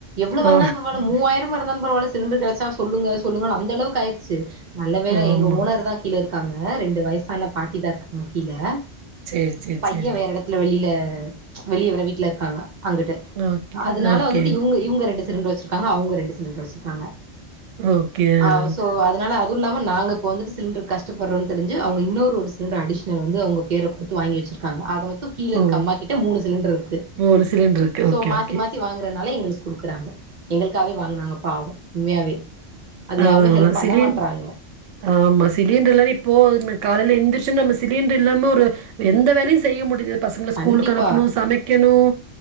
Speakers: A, on the right; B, on the right.
A: எவ்ளவாந்தாலும்
B: ஆ
A: மூவாயரமா இருந்தாலும் பரவால சிலிண்டர் கெடச்சா சொல்லுங்க சொல்லுங்கனு அந்தளவுக்கு ஆயிர்ச்சு நல்ல வேல
B: ஆமா.
A: எங்க ஓனர் தான் கீலரு இருக்காங்க ரெண்டு வயசான பாட்டி தான் இருக்காங்க கீழே
B: செரி செரி செர்
A: ஐ வேற ஏடத்துல வெளியில அளிய வர வீட்டுல இருக்காங்க அங்கட்டு
B: ஓகே
A: அதனால
B: ஓகே
A: வந்துட்டு இவங்க இவங்க ரெண்டு சிலிண்டர் வச்சிருக்காங்க அவங்க ரெண்டு சிலிண்டர் வெச்சிருக்காங்க
B: ஓகே.
A: ஆஹ்
B: ஆ.
A: சோ அதனால அ அது இல்லாம நாங்க இப்போ வந்துட்டு சிலிண்டர் கஷ்ப்படுறோன்னு தெரிஞ்ச அவங்க இன்னொரு சிலிண்டர் அடிஷனல் ஆ அவங்க பேரை குடுத்து வாங்கி வச்சுருக் ஆ ஆக மொத் கீழே
B: ஓ!
A: இருக்கு அம்மா கிட்ட மூணு சிலிண்டர் இருக்கு
B: ஒரு சிலிண்டருக்கு.
A: சோ
B: ஓகே
A: மாத்தி
B: ஓகே.
A: மாத்தி வாங்குறனால எங்களுக்கு குடுக்குறாங்க எங்களுக்காவே வாங்கினாங்க பாவம் உண்மையாவே அது
B: ஆஆ
A: யாருமே ஹெல்ப் பண்ண
B: சிலி
A: மாட்றாங்க
B: ஆமா சிலிண்டர் எல்லாம் இப்போ காலையில எழுந்திரிச்சு நம்ம சிலிண்டர் இல்லாம ஒரு எந்த வேலையும் செய்ய முடியுது பசங்கள ஸ்கூலுக்கு
A: கண்டிப்பா
B: அனுப்பணும் சமைக்கணும்